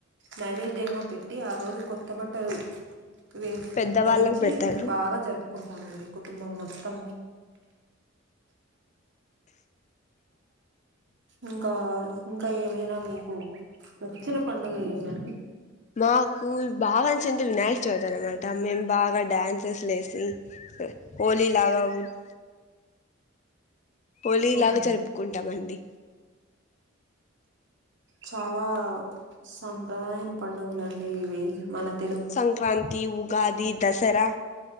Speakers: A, on the right (about 65°); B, on the left (about 35°).
A: నైవేద ధ్యాంగ పెట్టి ఆ రోజు కొత్త బట్టలు వే
B: పెద్దవాళ్ళకు
A: ధరించి
B: పెడతారు
A: బాగా కుంటామండి కుటుంబం మొత్తం ఇంకా ఇంకా ఏమైనా మీకు నచ్చిన పండుగ ఏందండి?
B: నాకు బానచ్చింది వినాయక చవితి అనమాట మేము బాగా డ్యాన్సెస్ లేసి హోలీ లాగా ఉట్ హోలీ
A: అవునా
B: లాగా జరుపుకుంటామండి.
A: చాలా సంప్రదాయన పండుగలండి ఇవి మనక్
B: సంక్రాంతి ఉగాది దసరా